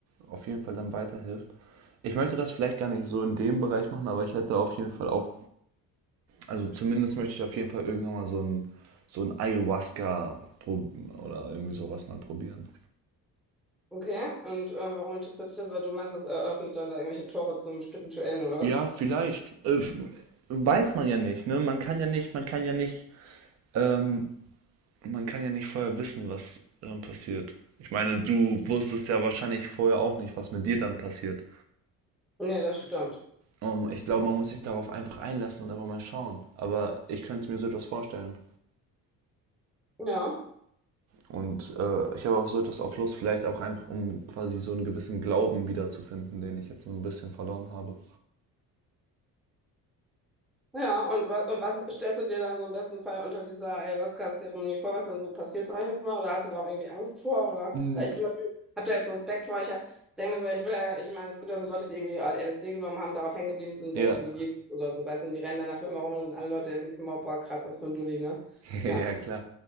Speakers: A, on the right (about 45°); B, in the centre.
A: auf jeden Fall dann weiterhilft. Ich möchte das vielleicht gar nicht so in dem Bereich machen, aber ich hätte auf jeden Fall auch, also zumindest möchte ich auf jeden Fall irgendwann mal so ein, so ein Ayahuasca prob- oder irgendwie sowas mal probieren.
B: okay. Und äh, warum interessiert dich das? Weil du meinst, das eröffnet dann da irgendwelche Tore zum Spirituellen oder
A: Ja,
B: was?
A: vielleicht. Äh, f- weiß man ja nicht, ne? Man kann ja nicht, man kann ja nicht, ähm, man kann ja nicht vorher wissen, was äh, passiert. Ich meine, du wusstest ja wahrscheinlich vorher auch nicht, was mit dir dann passiert.
B: Nee, das stimmt.
A: Ähm, ich glaube, man muss sich darauf einfach einlassen und einfach mal schauen. Aber ich könnte mir so etwas vorstellen.
B: Ja.
A: Und äh, ich habe auch so etwas auch Lust, vielleicht auch einfach, um quasi so einen gewissen Glauben wiederzufinden, den ich jetzt so ein bisschen verloren habe.
B: Ja, und wa und was stellst du dir dann so im besten Fall unter dieser Ayahuasca-Zeremonie vor, was dann so passiert, sag ich jetzt mal, oder hast du da auch irgendwie Angst vor, oder?
A: Mm,
B: Weil ich zum Beispiel habe da jetzt so Respekt vor, ich hab, denke mir so, ich will ja, ich meine, es gibt ja so Leute, die irgendwie LSD genommen haben, darauf hängen geblieben sind und
A: Ja,
B: denken, die sind Jesus oder so, weißt du, und die rennen dann dafür immer rum und alle Leute denken sich immer, boah, krass, was für ein Dulli, ne?
A: <laughs>
B: Ja,
A: ja klar.